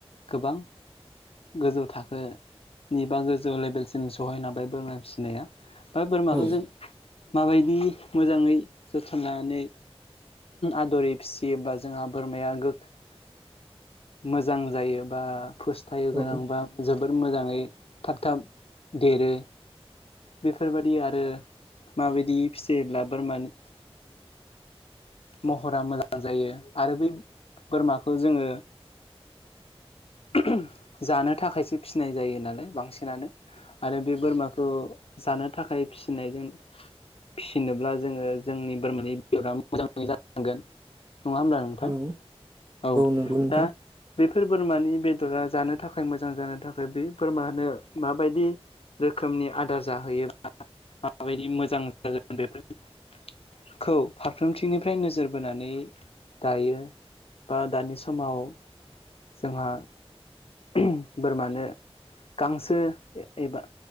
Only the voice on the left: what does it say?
गोबां गोजौ थाखोनि बा गोजौ लेभेलसिम सहैनो हाबाय बोरमा फिसिनाया। बा बोरमाखौ
जों माबायदि मोजाङै जोथोन लानानै आदरै फिसियोबा जोंहा बोरमाया <unintelligible> मोजां जायो बा फोस्थायु
गोनां बा जोबोर मोजाङै थाब थाब देरो। बेफोरबादि आरो माबायदि फिसियोब्ला बोरमानि महरा मोजां जायो आरो बै बोरमाखौ जोङो ओ ओम जानो थाखायसो फिनाय जायो नालाय बांसिनानो। आरो बे बोरमाखौ जानो थाखाय फिसिनायजों फिसिनोब्ला जोङो जोंनि बोरमानि बेदरा मोजाङै जानांगोन नङा होमब्ला? नोंथां
औ
दा बेफोर बोरमानि बेदरा जानो थाखाय मोजां जानो थाखाय बे बोरमानो माबायदि रोखोमनि आदार जाहोयोबा माबायदि मोजां जागोन बेफोर <unintelligible> फारफ्रोमथिंनिफ्राय नोजोर बोनानै दायो बा दानि समाव जोंहा ओम बोरमानो गांसो एबा